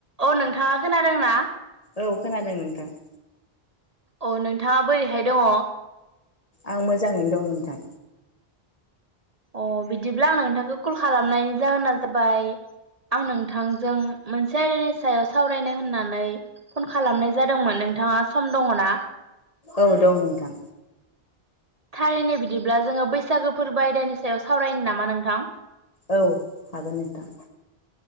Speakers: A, on the right (about 40°); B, on the left (about 35°).
A: अ नोंथाङा खोनादों ना?
B: औ खोनादों नोंथां औ
A: अ नोंथाङा बोरैहाय दङ?
B: आं मोजाङैनो दं नोंथां।
A: अ बिदिब्ला आं नोंथांखौ कल खालामनायनि जाहोना जाबाय आं नोंथांजों मोनसे आयदानि सायाव सावरायनो होननानै फन खालामनाय जादोंमोन नोंथाङा सम दङ ना?
B: औ दं नोंथां।
A: थारैनो बिदिब्ला जोङो बैसागो फोरबो आयदानि सायाव सावरायनो नामा नोंथां
B: औ हागोन नोंथां।